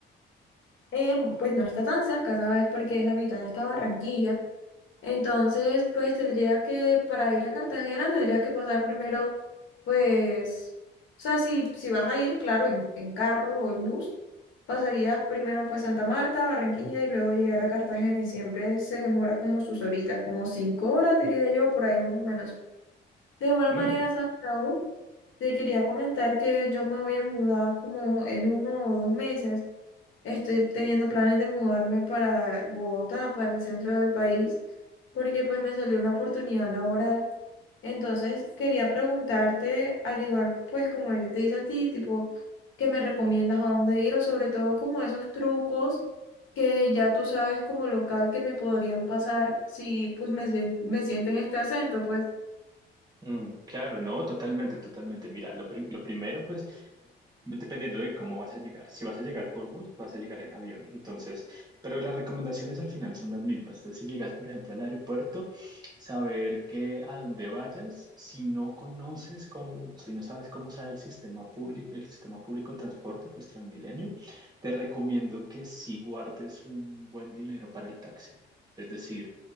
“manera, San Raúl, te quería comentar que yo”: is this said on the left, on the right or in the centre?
Left